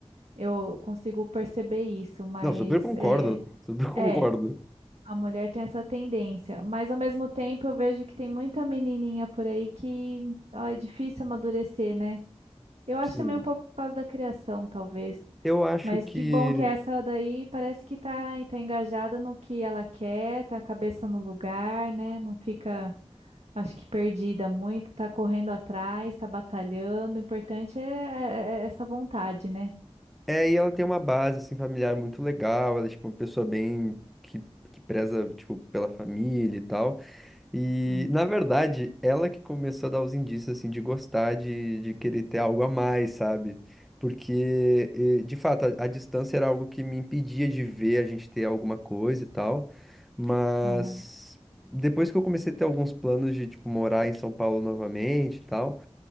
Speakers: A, on the right (about 85°); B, in the centre.
A: Eu consigo perceber isso, mas
B: não, super concordo,
A: é.
B: <laughs> super concordo.
A: É. A mulher tem essa tendência, mas ao mesmo tempo eu vejo que tem muita menininha por aí que ó, é difícil amadurecer, né? Eu acho
B: Sim.
A: também um pouco por causa da criação, talvez.
B: Eu acho
A: Mas
B: que
A: que bom que essa daí parece que tá, tá engajada no que ela quer, tá a cabeça no lugar, né? Não fica, acho que perdida muito, tá correndo atrás, tá batalhando. O importante é, é- é essa vontade, né?
B: É, e ela tem uma base, assim, familiar muito legal. Ela é, tipo, uma pessoa bem... Que, que preza, tipo, pela família e tal. E,
A: Sim.
B: na verdade, ela que começou a dar os indícios, assim, de gostar, de, de querer ter algo a mais, sabe? Porque, eh, de fato, a, a distância era algo que me impedia de ver a gente ter alguma coisa e tal. Mas...
A: Aham.
B: Depois que eu comecei a ter alguns planos de, tipo, morar em São Paulo novamente e tal,